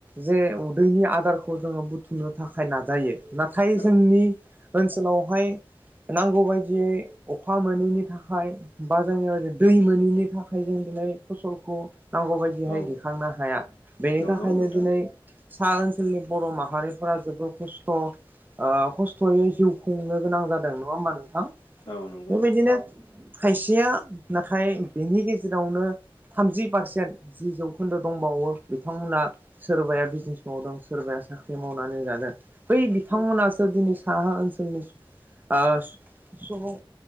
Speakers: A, on the right; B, on the left.
A: जे उदैनि आदारखौ जोंङो बुथुमनो थाखाय नाजायो नाथाय जोंनि
B: औ
A: ओनसोलावहाय नांगौ बायदियै अखा मोनैनि थाखाय बा जोंङनि ओरै दै मोनैनि थाखाय जों दिनै फसलखौ नांगौबायदिहाय
B: औ
A: दैखांनो हाया बेनि
B: नंगौ
A: थाखायनो
B: नोंथां
A: दिनै सा ओनसोलनि बर माहारिफोरा जोबोर खस्थआ खस्थ'यै जिउ खुंनो गोनां जादों नंङा होमबा नोंथां
B: औ नंगौ
A: बेबायदिनो खायसेया नाथाय बेनि गेजेरावनो थामजि पारसेन्ट जि जौखोन्दो दंबावो बिथांमोना सोरबाया बिजनेस मावदों सोरबाया साख्रि मावनानै जादों बै बिथांमोनासो
B: औ
A: दिनै सहा ओनसोलनि आ सुबुं